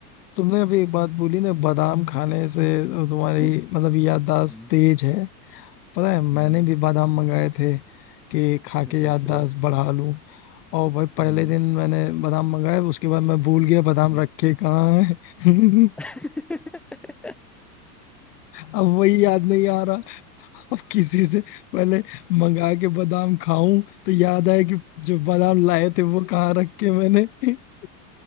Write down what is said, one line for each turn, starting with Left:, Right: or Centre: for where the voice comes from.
Left: तुमने अभी एक बात बोली ना बादाम खाने से तुम्हारी
Centre: <laughs>
Left: मतलब याददाश्त
Centre: हम्म,
Left: तेज है पता है मैंने
Centre: हम्म,
Left: भी बादाम मंगाए थे कि खा के याददाश्त
Centre: अच्छा
Left: बढ़ा और
Centre: हम्म
Left: भाई पहले दिन मैंने बादाम मंगाए उसके बाद मैं भूल गया बादाम
Centre: हम्म।
Left: रखे कहाँ है <laughs>
Centre: <laughs>
Left: अब वही याद नहीं आ रहा अब किसी से पहले मंगा के बादाम खाऊं तो याद आए कि जो बादाम लाए थे वो कहाँ रखे मैंने <laughs>